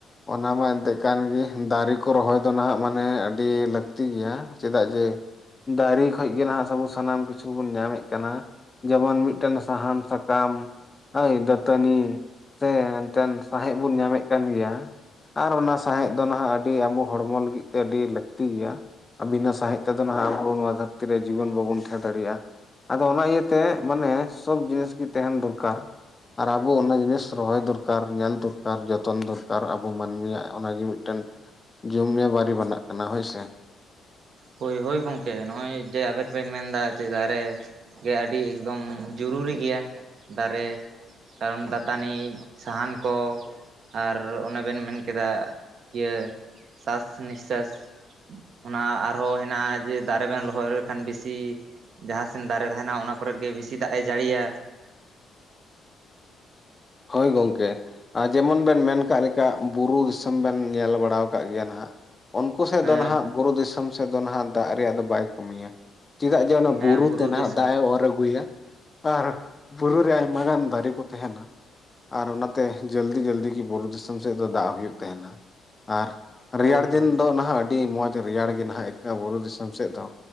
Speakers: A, on the left (about 25°); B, on the right (about 65°).
A: ᱚᱱᱟ ᱢᱟ ᱮᱱᱛᱮᱜ ᱠᱟᱱ ᱜᱮ ᱫᱟᱨᱮ ᱠᱚ ᱨᱚᱦᱚᱭ ᱫᱚ ᱱᱟᱦᱟᱸᱜ ᱢᱟᱱᱮ ᱟᱹᱰᱤ ᱞᱟᱹᱠ ᱛᱤ ᱜᱮᱭᱟ ᱪᱮᱫᱟᱜ ᱡᱮ ᱫᱟᱨᱮ ᱠᱷᱚᱡ ᱜᱮ ᱱᱟᱜ ᱟᱵᱚ ᱥᱟᱱᱟᱢ ᱠᱤᱪᱷᱩ ᱪᱷᱩ ᱵᱚᱱ ᱧᱟᱢᱮᱫ ᱠᱟᱱᱟ ᱡᱮᱢᱚᱱ ᱢᱤᱫᱴᱮᱱ ᱥᱟᱦᱟᱱ ᱥᱟᱠᱟᱢ᱾ ᱦᱳᱭ ᱫᱟᱹᱛᱟᱹᱱᱤ ᱥᱮ ᱮᱱᱛᱮᱱ ᱥᱟᱸᱦᱮᱫ ᱵᱚᱱ ᱧᱟᱢᱮᱫ ᱠᱟᱱ ᱜᱮᱭᱟ᱾ ᱟᱨ ᱚᱱᱟ ᱥᱟᱸᱦᱮᱸᱫ ᱫᱚ ᱱᱟᱦᱟᱸᱜ ᱟᱹᱰᱤ ᱟᱵᱚ ᱦᱚᱲᱢᱚ ᱞᱟᱹᱜᱤᱫ ᱛᱮ ᱟᱹᱰᱤ ᱞᱟᱹᱠᱛᱤ ᱜᱤᱭᱟ᱾ ᱵᱤᱱᱟᱹ ᱥᱟᱸᱦᱮᱫ ᱛᱮᱫᱚᱱ ᱦᱟᱸᱜ ᱟᱵᱚ ᱱᱚᱣᱟ ᱫᱷᱟᱹᱨᱛᱤ ᱨᱮ ᱡᱤᱵᱚᱱ ᱵᱟᱵᱚᱱ ᱛᱟᱦᱮᱸ ᱫᱟᱲᱮᱭᱟᱜᱼᱟ᱾ ᱟᱫᱚ ᱚᱱᱟ ᱤᱭᱟᱹᱛᱮ ᱢᱟᱱᱮ ᱥᱚᱵ ᱡᱤᱱᱤᱥ ᱜᱮ ᱛᱮᱦᱮᱸᱱ ᱫᱚᱨᱠᱟᱨ᱾ ᱟᱨ ᱟᱵᱚ ᱚᱱᱟ ᱡᱤᱱᱤᱥ ᱨᱚᱦᱚᱭ ᱫᱚᱨᱠᱟᱨ ᱧᱮᱞ ᱠᱟᱨ ᱡᱚᱛᱚᱱ ᱫᱚᱨᱠᱟᱨ ᱟᱵᱚ ᱢᱟᱹᱱᱢᱤᱭᱟᱜ ᱚᱱᱟᱜᱮ ᱢᱤᱫᱴᱮᱱ ᱡᱩᱢᱤᱭᱟᱹ ᱵᱟᱨᱤ ᱵᱟᱱᱟᱜ ᱠᱟᱱᱟ ᱦᱳᱭᱥᱮ᱾
B: ᱦᱳᱭ ᱦᱳᱭ ᱜᱚᱝᱠᱮ ᱱᱚᱜᱼᱚᱭ ᱡᱮ ᱟᱵᱮᱱ ᱵᱮᱱ ᱢᱮᱱᱫᱟ ᱡᱮ ᱫᱟᱨᱮ ᱜᱮ ᱟᱹᱰᱤ ᱮᱠᱫᱚᱢ ᱡᱩᱨᱩᱨᱤ ᱜᱮᱭᱟ ᱫᱟᱨᱮ ᱠᱟᱨᱚᱱ ᱫᱟᱛᱟᱱᱤᱡ ᱥᱟᱦᱟᱱ ᱠᱚ ᱟᱨ ᱮᱱᱮ ᱵᱮᱱ ᱢᱮᱱ ᱠᱮᱫᱟ ᱤᱭᱟᱹ ᱥᱟᱥ ᱱᱤᱥᱥᱟᱥ ᱚᱱᱟ ᱟᱨᱦᱚᱸ ᱦᱮᱱᱟᱜᱼᱟ ᱡᱮ ᱫᱟᱨᱮ ᱵᱮᱱ ᱨᱚᱦᱚᱭ ᱞᱮᱠᱷᱟᱱ ᱵᱮᱥᱤ ᱡᱟᱦᱟᱸ ᱥᱮᱱ ᱫᱟᱨᱮ ᱛᱟᱦᱮᱸᱱᱟ ᱚᱱᱟ ᱠᱚᱨᱮ ᱜᱮ ᱵᱤᱥᱤ ᱫᱟᱜ ᱮ ᱡᱟᱲᱤᱭᱟ᱾
A: ᱦᱳᱭ ᱜᱚᱝᱠᱮ, ᱟ ᱡᱮᱢᱚᱱ ᱵᱮᱱ ᱢᱮᱱ ᱠᱟᱜ ᱞᱮᱠᱟ ᱵᱩᱨᱩ ᱫᱤᱥᱚᱢ ᱵᱮᱱ ᱧᱮᱞ ᱵᱟᱲᱟᱣ ᱠᱟᱜ ᱜᱮᱭᱟ ᱱᱟᱦᱟᱸᱜ᱾ ᱩᱱᱠᱩ ᱥᱮᱫ
B: ᱦᱮᱸ
A: ᱫᱚᱱ ᱦᱟᱸᱜ ᱵᱩᱨᱩ ᱫᱤᱥᱚᱢ ᱥᱮᱫ ᱫᱚᱱ ᱦᱟᱸᱜ ᱫᱟᱜ ᱨᱮᱭᱟᱜ ᱫᱚ ᱵᱟᱭ ᱠᱚᱢᱤᱭᱟ᱾ ᱪᱮᱫᱟᱜ ᱡᱮ ᱚᱱᱟ
B: ᱦᱮᱸ
A: ᱵᱩᱨᱩ ᱛᱮᱱ
B: ᱫᱤᱥᱚᱢ
A: ᱦᱟᱸᱜ ᱫᱟᱜ ᱮ ᱚᱨ ᱟᱹᱜᱩᱭᱟ᱾ ᱟᱨ ᱵᱩᱨᱩ ᱨᱮ ᱟᱭᱢᱟ ᱜᱟᱱ ᱫᱟᱨᱮ ᱠᱚ ᱛᱟᱦᱮᱸᱱᱟ᱾ ᱟᱨ ᱚᱱᱟᱛᱮ ᱡᱟᱹᱞᱫᱤ ᱡᱟᱹᱞᱫᱤ ᱜᱤ ᱵᱩᱨᱩ ᱫᱤᱥᱚᱢ ᱥᱮᱫ ᱫᱚ ᱫᱟᱜ ᱦᱩᱭᱩᱜ ᱛᱟᱦᱮᱸᱱᱟ ᱟᱨ
B: ᱦᱳᱭ
A: ᱨᱮᱭᱟᱲ ᱫᱤᱱ
B: ᱦᱳᱭ
A: ᱫᱚ ᱱᱟᱦᱟᱸᱜ ᱟᱹᱰᱤ ᱢᱚᱸᱡᱽ ᱨᱮᱭᱟᱲ ᱜᱮ ᱱᱟᱦᱟᱸᱜ ᱟᱹᱭᱠᱟᱹᱜᱼᱟ ᱵᱩᱨᱩ ᱫᱤᱥᱚᱢ ᱥᱮᱫ ᱫᱚ᱾